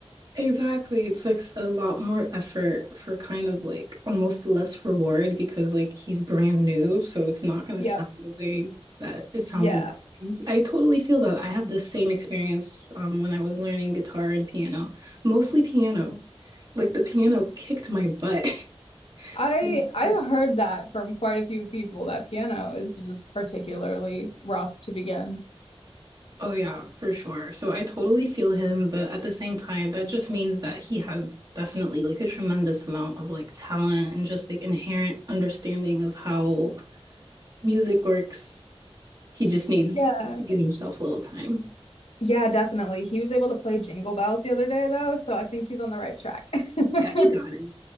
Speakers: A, on the right; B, on the left.
A: Exactly. It takes a lot more effort for kind of like almost less reward because like he's brand new, so it's not gonna
B: Yep.
A: sound the way that it sounds
B: Yeah.
A: when I totally feel that. I had the same experience um, when I was learning guitar and piano, mostly piano. Like the piano kicked my butt.
B: I
A: <laughs>
B: I've heard that from quite a few people that piano is just particularly rough to begin.
A: Oh yeah, for sure. So I totally feel him, but at the same time, that just means that he has definitely like a tremendous amount of like talent and just like inherent understanding of how music works. He just needs
B: Yeah.
A: to give himself a little time.
B: Yeah, definitely. He was able to play Jingle Bells the other day though, so I think he's on the right track.
A: Yeah,
B: <laughs>
A: he got it.